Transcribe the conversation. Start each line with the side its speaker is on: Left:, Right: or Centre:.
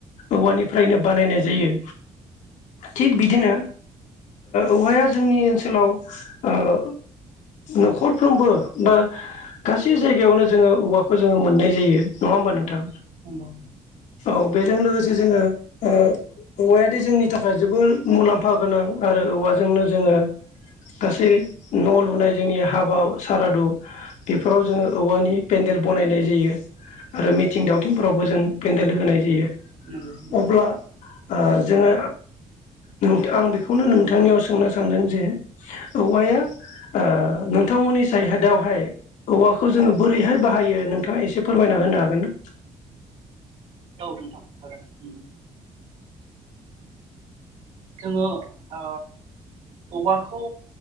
Left: औवानिफ्रायनो बानायनाय जायो। थिग बिदिनो औवाया जोंनि ओनसोलाव ओ नखरफ्रोमबो बा गासै जायगायावनो जोङो औवाखौ जोङो मोननाय जायो नङा होमबा नोंथां?
Right: नंगौ।
Left: औ बेजों लोगोसे जोङो ओ औवायादि जोंनि थाखाय जोबोर मुलाम्फा गोनां आरो औवाजोंनो जोङो गासै न' लुनाय जोंनि हाबा सारादु बेफोराव जोङो औवानि पेन्देल बनायनाय जायो आरो मिथिं दावथिंफोरावबो जों पेन्देल होनाय जायो। अब्ला
Right: नंगौ
Left: ओ जोङो नोंथां आं बेखौनो नोंथांनियाव सोंनो सानदों जे औवाया ऐ नोंथांमोननि जायहादावहाय औवाखौ जोङो बोरैहाय बाहायो नोंथाङा एसे फोरमायना होनो हागोन ना?
Right: गाव थांखागोन। जोङो ओ औवाखौ